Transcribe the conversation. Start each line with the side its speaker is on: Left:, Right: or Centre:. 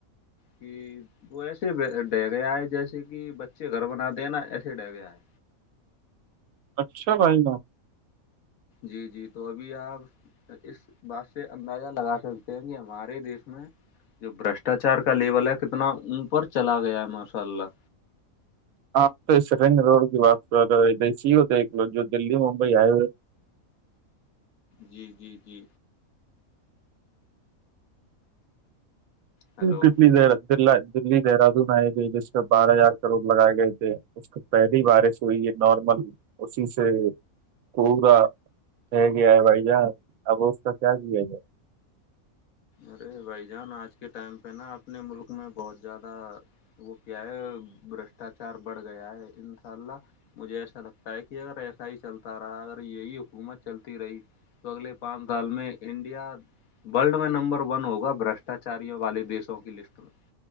Left: کہ وہ ایسے ڈہ گیا ہے جیسے کہ بچے گھر بناتے ہیں نا ایسے ڈہ گیا ہے
Right: اچھا بھائی
Left: جی جی تو ابھی آپ اس بات سے اندازہ لگا سکتے ہیں کہ ہمارے دیس میں جو بشٹاچار کا لیول ہے کتنا اپر چلا گیا ہے ماشاء اللہ
Right: آپ تو اس رنگ روڈ کی بات کر رہے ہیں دسی ہی ہوتے ہے ایک لو جو دلی ممبئی ہائی وے
Left: جی جی جی ہیلو
Right: دلی د دلی دہراد میںئے گ جس پ بارہ ہزار کروڑ لگائے گئے تھے اس کی پہلی بارش ہوئی ہے نارمل اسی سے پورا رہ گیا ہے بھائی جان اب اس کا کیا کیا گ
Left: ارے بھائی جان آج کے ٹائم پہ نا اپنے ملک میں بہت زیادہ وہ کیا ہے برشٹاچار بڑھ گیا ہے انشاء اللہ مجھے ایسا لگتا ہے کہ اگر ایسا ہی چلتا رہا اگر یہی حکومت چلتی رہی اگلے پانچ سال میں انڈیا ولڈ میں نمبر ون ہوگا برشٹاچاریوں والے دیشوں کی لسٹ میں